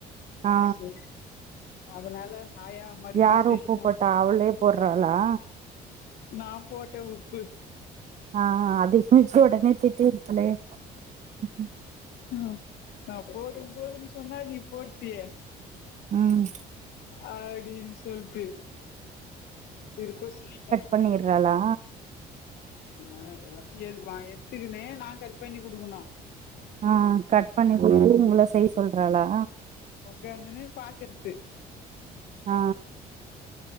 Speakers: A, on the right; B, on the left.
A: ஆ
B: சு அதனால ஆயா மறுபடியு
A: யாரோ
B: செய்யணு
A: உப்பு போட்டா அவளே போட்றாளா
B: நா போட்டே உப்பு
A: ஆ அது ஃபியூச்சரோட நேச்சர் <unintelligible>
B: ஆ நா போது போதுன் சொன்னா நீ போட்டியே
A: ம்
B: அப்டின் சொல்ட்டு இருக்க <unintelligible>
A: பண்ணிர்றாளா
B: ஆ எல்லாத்தியு எடு வா எடுத்துக்கினு நா கட் பண்ணி குடுக்குனு
A: ஆ கட் பண்ணி குடுத்து ஒங்கள செய்ய சொல்றாளா
B: ஒக்காந்துனு பாக்றது
A: ஆ